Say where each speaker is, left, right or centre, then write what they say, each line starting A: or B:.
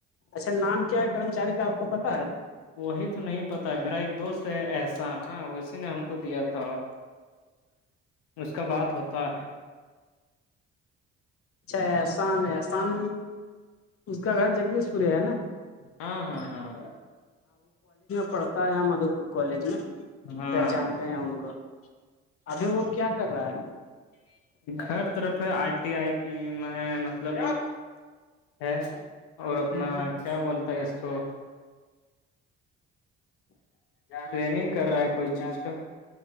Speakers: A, on the left; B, on the left.
A: اچھا نام کیا ہے کرمچاری کا آپ کو پتا ہے
B: وہی تو نہیں پتاہ ہے میرا ایک دوست ہے احسان ہاں اسی نے ہم کو دیا تھا اس کا بات ہوتا ہے
A: اچھا احسان ہےاحسان اس کا گھر جگدیش پور ہے ہے نا
B: ہاں ہاں ہاں
A: پڑتا ہے مد کالج میں
B: ہاں
A: پہچانتے ہیں ان کو ابھی وہ کیا کر رہا ہے
B: ہر طرف ہے آئی ٹی آئی کی میں مطلب ہے اور
A: ہے
B: اپنا کیا بولتا ہے اس کو <unintelligible> ٹریننگ کر رہا ہے کوئی چیز کا